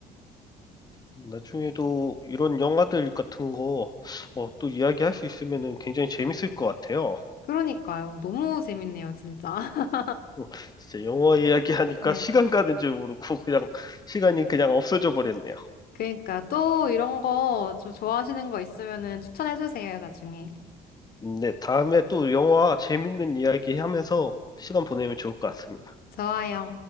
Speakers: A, on the left; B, on the left.
A: 나중에도 이런 영화들 같은 거 어, 또 이야기할 수 있으면은 굉장히 재밌을 것 같아요.
B: 그러니까요. 너무 재밌네요, 진짜. <laughs>
A: 어, 진짜 영화 이야기하니까
B: 네.
A: <laughs> 시간 가는 줄 모르고 그냥 시간이 그냥 없어져 버렸네요.
B: 그러니까 또 이런 거 저 좋아하시는 거 있으면은 추천해 주세요, 나중에.
A: 네, 다음에 또 영화 재밌는 이야기 하면서 시간 보내면 좋을 것 같습니다.
B: 좋아요.